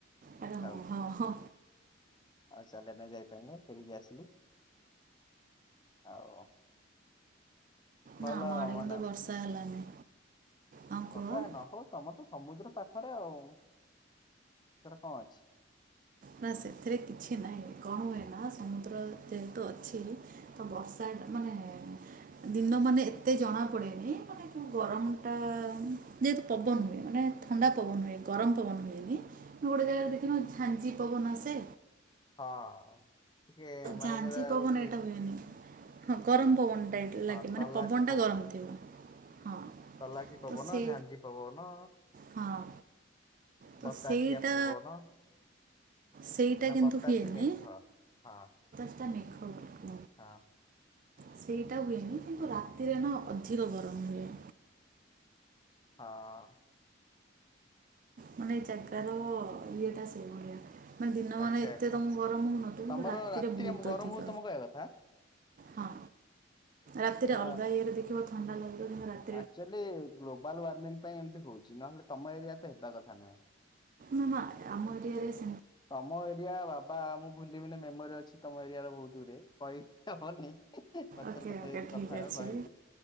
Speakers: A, on the right; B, on the left.
A: ଆରେ ହଁ
B: ଆଉ।
A: ହଁ ହଁ
B: ଆଉ ଚାଲିବା ପାଇଁ ଯାଇପାରିଲି ନି ଫେରିକି ଆସିଲି। ଆଉ ଭଲ।
A: ନା ଆମ ଆଡ଼େ
B: ମାନେ
A: କିନ୍ତୁ ବର୍ଷା ହେଲାନି। ହଁ
B: ବର୍ଷା
A: କୁହ
B: ନ ହଉ ତମ ତ ସମୁଦ୍ର ପାଖରେ ଆଉ ସେର କଣ ଅଛି।
A: ନା ସେଥିରେ କିଛି ନାହିଁ କଣ ହୁଏ ନା ସମୁଦ୍ର ଯେହେତୁ ଅଛି ତ ବର୍ଷା ମାନେ ଦିନ ମାନେ ଏତେ ଜଣା ପଡେନି ମାନେ ଯୋଉ ଗରମ ଟା ଯେହେତୁ ପବନ
B: ଆଚ୍ଛା
A: ହୁଏ ମାନେ
B: ଆଚ୍ଛା।
A: ଥଣ୍ଡା ପବନ ହୁଏ ଗରମ ପବନ ହୁଏନି ମୁଁ ଗୋଟେ ଜାଗାରେ ଦେଖି ଝାଞ୍ଜି ତ୍ ପବନେ ସେ
B: ହଁ ଟିକେ ମାନେ
A: ଝାଞ୍ଜି
B: ଯୋଉଟା ହଉଛି।
A: ପବନ ଏଇଟା ହୁଏନି ହଁ ଗରମ ପବନ ଟା
B: ହଁ
A: ଲାଗେ
B: ତଲାସି
A: ମାନେ ପବନ ଟା ଗରମ ଥିବ ହଁ।
B: ତଲାସୀ ପବନ
A: ତ ସେ
B: ଝାଞ୍ଜି ପବନ।
A: ହଁ ତ
B: ବତାସିଆ
A: ସେଇଟା
B: ପୁବନ।
A: ସେଇଟା
B: ନା
A: କିନ୍ତୁ
B: ପତାଶୀ
A: ହୁଏନି
B: ମେଘ ହଁ
A: <inaudible>
B: ହଁ
A: ସେଇଟା ହୁଏନି କିନ୍ତୁ ରାତିରେ ନା ଅଧିକ ଗରମ ହୁଏ।
B: ହଁ ହଁ
A: ମାନେ ଜାଗାର ଇଏଟା ସେଇଭଳିଆ। ମାନେ ଦିନ
B: ଆଚ୍ଛା
A: ମାନ ଏତେ
B: ଆଚ୍ଛା।
A: ତମକୁ ଗରମ ହଉନଥିବ
B: ତମର
A: କିୁ ରାତିରେ ବହୁତ
B: ଗରମ
A: ଅଧିକ।
B: ହଉଛି ତମ କହିବା କଥା?
A: ହଁ ରାତିରେ
B: ଅ
A: ଅଲଗା ଇଏରେ ଦେଖିବ ଥଣ୍ଡା ଲାଗିବ କିନ୍ତୁ ରାତ।
B: ଆକ୍ଚୁଆଲି ଗ୍ଲୋବାଲ ୱାରୀଙ୍ଗି ପାଇଁ ଏମିତି ହଉଛି ନହେଲେ ତମ ଏରିଆ ତ ହେବା କଥା ନୁହେଁ।
A: ନା ଆମ ଏରିଆରେ ଏସ।
B: ତମ ଏରିଆ ବାବା ଆ ମୁଁ ଭୁଲିବିିନି ମେମୋରି ଅଛି। ତମ ଏରିଆ ର ବହୁତ ଦୂରେ କହି ହନାହିଁ। ପଛରେ
A: ଓକେ
B: କେତେ
A: ଓକେ
B: ଯଦି
A: ଠିକ୍
B: କଥା ହେବ
A: ଅଛି
B: ହେଲି